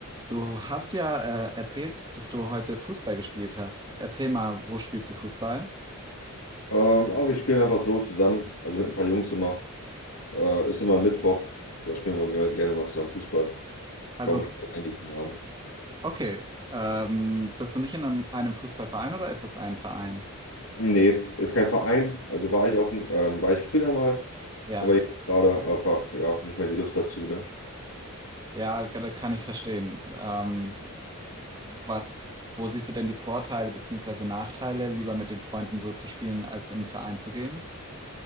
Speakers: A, on the right; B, on the left.
A: Du hast ja äh, erzählt, dass du heute Fußball gespielt hast. Erzähl mal, wo spielst du Fußball?
B: Ähm, aber wir spielen einfach so zusammen, also mit ein paar Jungs immer. Äh, ist immer ein Mittwoch, da spielen wir gerne, gerne mal zusammen Fußball.
A: Also,
B: Waren wir schon seit einigen Jahren.
A: okay, ähm, bist du nicht in einem, einem Fußballverein oder ist das ein Verein?
B: Nee, ist kein Verein, also war ich auch, n- ähm, war ich früher mal,
A: Ja,
B: aber jetzt gerade einfach, ja, nicht mehr die Lust dazu, ne?
A: ja, da kann ich verstehen. Ähm, was, wo siehst du denn die Vorteile beziehungsweise Nachteile, lieber mit den Freunden so zu spielen, als in einen Verein zu gehen?